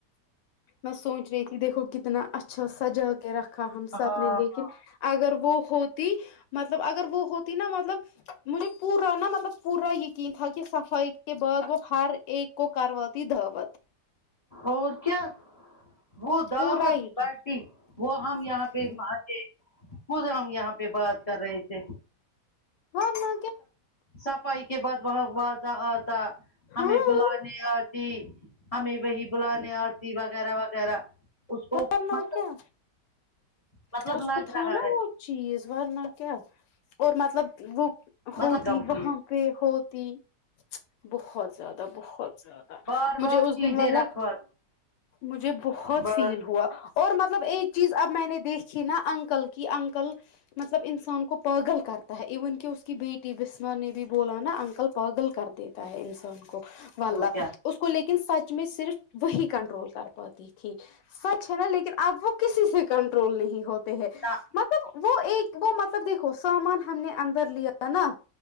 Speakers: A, on the left; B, on the left.
A: میں سوچ رہی تھی دیکھو کتنا اچھا سجا کے رکھا ہم سب
B: ہاں
A: نے لیکن
B: ہاں
A: اگر وہ ہوتی مطلب اگر وہ ہوتی نا مطلب مجھے پورا نا مطلب پورا یقین تھا کہ صفائی کے بعد وہ ہر ایک کو کرواتی دعوت
B: اور کیا وہ دعوت
A: پورا یقین
B: باٹتی وہ ہم یہاں پہ مار گے خود ہم یہاں پہ بات کر رہے تھے
A: ہاں نا
B: صفائی کے بعد وہاں وازہ آتا
A: ہاں
B: ہمیں بلانے آتی ہمیں وہی بلانے آتی وغیرہ وغیرہ اس کو
A: ورنہ
B: م
A: کیا
B: مطلب
A: اس
B: لگ
A: کو تھا
B: رہا
A: نا
B: ہے
A: وہ چیز ورنا کیا اور مطلب وہ
B: مطلب
A: ہوتی
B: کمپلیٹ
A: وہاں پہ ہوتی بہت زیادہ بہت زیادہ
B: بار
A: مجھے
B: بار
A: اس
B: چیزیں
A: دن والا
B: رکھوا
A: مجھے بہت
B: بار
A: فیل ہوا اور مطلب ایک چیز اب میں نے دیکھی نا انکل کی انکل مطلب انسان کو پاگل کرتا ہے ایون کہ اس کی بیٹی بسما نے بھی بولا نا انکل پاگل کر دیتے ہے انسان کو واللہ
B: اور کیا
A: اس کو لیکن سچ میں صرف وہی کنٹرول کر پاتی تھی سچ ہے نا لیکن اب وہ کسی سے کنٹرول نہیں ہو تے ہیں
B: نہ
A: مطلب وہ ایک وہ مطلب دیکھو سامان ہم نے اندر لیا نا